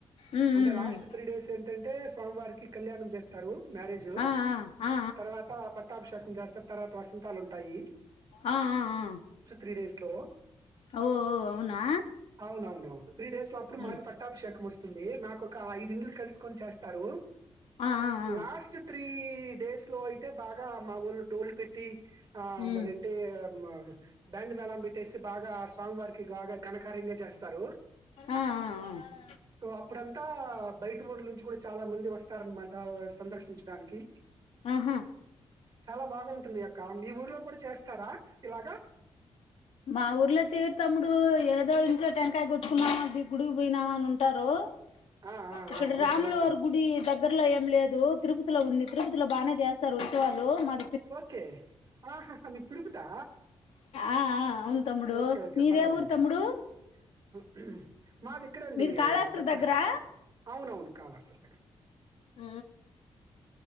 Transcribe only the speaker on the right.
అంటే
లాస్ట్
త్రీ డేస్ ఏంటంటే స్వామివారికి కళ్యాణం చేస్తారు మ్యారేజు
తర్వాత పట్టాభిషేకం చేస్తర్ తర్వాత వసంతాలు ఉం టయి
త్రీ డేస్ లో
అవునవునవును త్రీ డేస్ లో అప్పుడు
మాది పట్టాభిషేకం వస్తుంది నాకు ఒక ఐదు ఇండ్లు కలుపుకొని చేస్ టరు
లాస్ట్ త్రీ డేస్ లో అయితే బాగా మావోలు డోల్ పెట్టి ఆ
మరి అంటే మా బ్యాండ్ మ్యాలం పెట్టేసి బాగా స్వామి వారికి బాగా ఘనకార్యంగా చేస్తారూ
సో అప్పుడంతా బయట ఊర్లుంచి కూడ వచ్ చాలా మందీ వస్తారన్మాట సందర్శించడానికీ
చాలా బాగుంటుంది అక్క మీ ఊర్లో కూడ చేస్ తర ఇలాగ
ఆ! ఆ!
ఆ! ఓకే.
ఓకే.
ఓకే ఆహా హా మీ తిరుపతా
ఓకే ఓకే
పర్వాలేదులెండి
ఉ హు మాది ఇక్కడే అండి
ఈ పక్క
ఔనవును కాళాస్తర్ దగ్గర